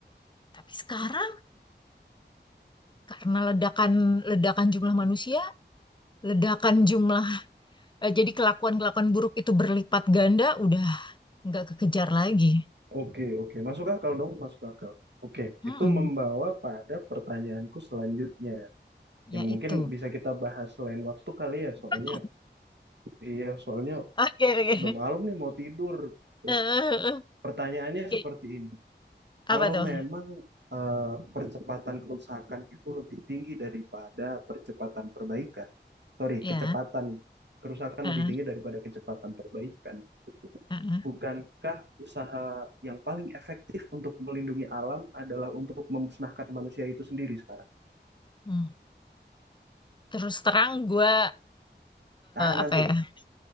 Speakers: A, on the left; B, on the right.
A: Tapi sekarang karena ledakan ledakan jumlah manusia, ledakan jumlah Eh, jadi kelakuan-kelakuan buruk itu berlipat ganda, udah nggak kekejar lagi.
B: Oke, oke. Masuk akal dong, masuk akal. Oke,
A: Hmm,
B: itu membawa pada pertanyaanku selanjutnya.
A: ya
B: Yang
A: itu.
B: mungkin bisa kita bahas selain waktu kali ya,
A: <laughs>
B: soalnya iya, soalnya
A: Oke, oke.
B: udah malam nih mau tidur. Tuh.
A: Eh,
B: Pertanyaannya
A: Oke,
B: seperti ini.
A: apa
B: Kalau
A: tuh?
B: memang eh, percepatan kerusakan itu lebih tinggi daripada percepatan perbaikan. Sorry,
A: Ya.
B: kecepatan kerusakan
A: eh,
B: lebih tinggi daripada kecepatan perbaikan.
A: eh, eh.
B: Bukankah usaha yang paling efektif untuk melindungi alam adalah untuk memusnahkan manusia itu sendiri sekarang?
A: Hmm. Terus terang gue
B: Nah, nanti,
A: apa ya? <laughs>